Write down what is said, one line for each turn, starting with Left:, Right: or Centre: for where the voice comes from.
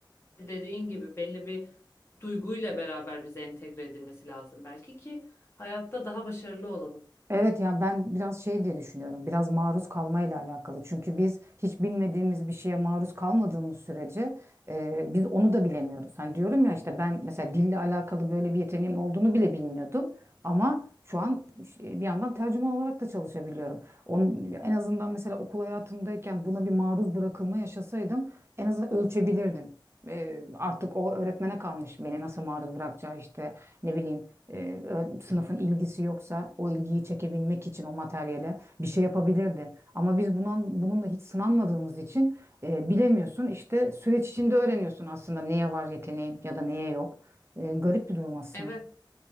Left: dediğin gibi belli bir duyguyla beraber bize entegre edilmesi lazım belki ki hayatta daha başarılı olalım.
Right: Evet yani ben biraz şey diye düşünüyorum. Biraz maruz kalmayla alakalı. Çünkü biz hiç bilmediğimiz bir şeye maruz kalmadığımız sürece e, biz onu da bilemiyoruz. Hani diyorum ya işte ben mesela dille alakalı böyle bir yeteneğim olduğunu bile bilmiyordum. Ama şu an şey- bir yandan tercüman olarak da çalışabiliyorum. Onun, en azından mesela okul hayatımdayken buna bir maruz bırakılma yaşasaydım en azından ölçebilirdim. E, artık o öğretmene kalmış beni nasıl maruz bırakacağı işte ne bileyim e, ö- sınıfın ilgisi yoksa o ilgiyi çekebilmek için o materyale bir şey yapabilirdi. Ama biz bunun, bununla hiç sınanmadığımız için e, bilemiyorsun. İşte süreç içinde öğreniyorsun aslında neye var yeteneğin ya da neye yok. E, garip bir durum aslında.
Left: Evet,